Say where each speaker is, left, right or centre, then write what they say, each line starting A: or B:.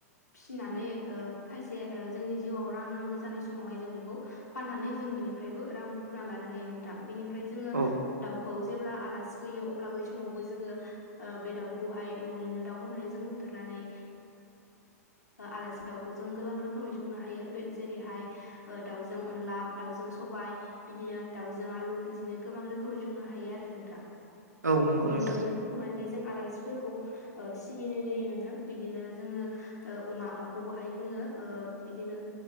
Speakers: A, on the left; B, on the right.
A: फिसिनानै खायसे जोंनि जिउआव रां नांगौ जानाय समावहाय जों बेखौ फाननानै जों बिनिफ्रायबो रां बुथुमना लानो हायो नोंथां बेनि ओमफ्राय जोङो
B: औ
A: दाउखौ खौ जेब्ला आलासि फैयो अब्ला बै समावबो जोङो ओ बे दाउखौहाय न'निनो दाउ होननानै जोङो बुथारनानै आलासि दाउखौ जों गोबां रोखोमै संनो हायो बे जेरैहाय दाउजों अनला दाउजों सबाय बिदिनो दाउजों आलु बिदिनो गोबां रोखोम खोमै संनो हायो आरो नोंथां
B: औ नंगौ
A: बिदिनो
B: नोंथां
A: बिदि संनानै जों आलासिफोरखौ सिबिनाय जायो नोंथां बिदिनो जोङो अमा अमाखौबोहाय जोङो बिदिनो